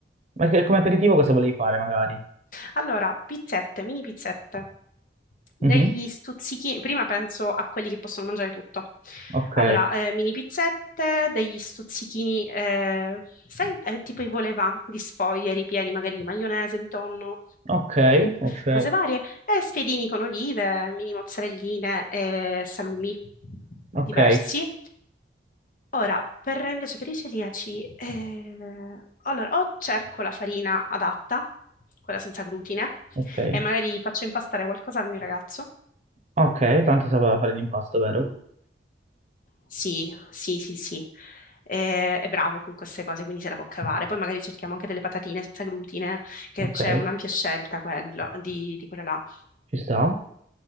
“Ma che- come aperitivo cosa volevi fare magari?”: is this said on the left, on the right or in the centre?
Right